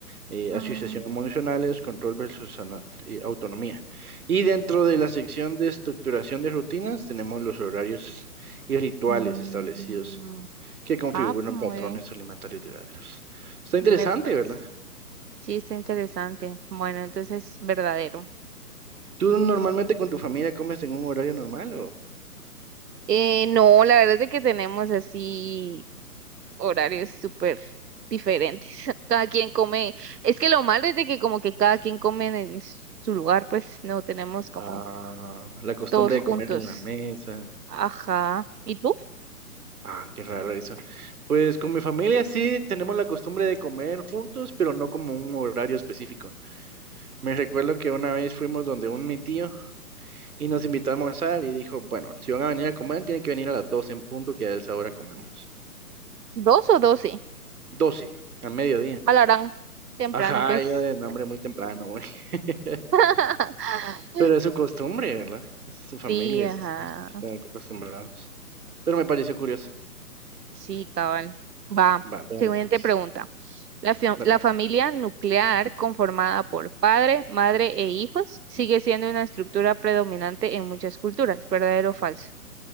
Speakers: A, on the right; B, on the right.
A: eh,
B: Mm,
A: asociación emocionales, control versus ana- eh, autonomía. Y dentro de la sección de estructuración de rutinas tenemos los horarios y rituales
B: mm,
A: establecidos que configuran
B: Ah, muy
A: patrones
B: bien.
A: alimentarios duraderos. Está interesante,
B: Me parece.
A: ¿verdad?
B: Sí, está interesante. Bueno, entonces, verdadero.
A: ¿Tú normalmente con tu familia comes en un horario normal o
B: Eh, no, la verdad es de que tenemos así horarios súper diferentes. <laughs> Cada quien come. Es que lo malo es de que como que cada quien come en s- su lugar, pues no tenemos como
A: ah, la costumbre
B: todos
A: de
B: juntos.
A: comer en la mesa?
B: Ajá. ¿Y tú?
A: Ah, qué raro eso. Pues con mi familia sí tenemos la costumbre de comer juntos, pero no como un horario específico. Me recuerdo que una vez fuimos donde un mi tío Y nos invitó a almorzar y dijo, bueno, si van a venir a comer, tienen que venir a las doce en punto, que a esa hora comemos.
B: ¿Dos o doce?
A: doce a mediodía.
B: Alarán. Temprano,
A: Ajá,
B: pues.
A: yo de nombre muy temprano, güey. <laughs>
B: <laughs>
A: Pero es su costumbre, ¿verdad? Es su
B: Sí,
A: familia,
B: ajá.
A: es- es- están acostumbrados. Pero me pareció curioso.
B: Sí, cabal. Va.
A: Va, veamos
B: Siguiente
A: pues.
B: pregunta. La, fia-
A: Dale.
B: la familia nuclear conformada por padre, madre e hijos sigue siendo una estructura predominante en muchas culturas. ¿Verdadero o falso?